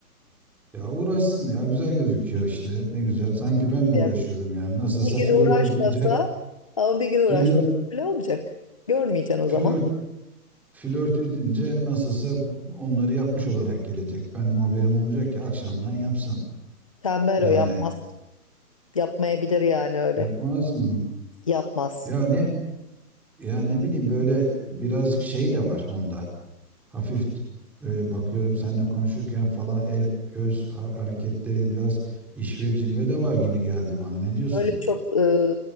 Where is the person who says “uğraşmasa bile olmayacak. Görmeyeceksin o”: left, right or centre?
Left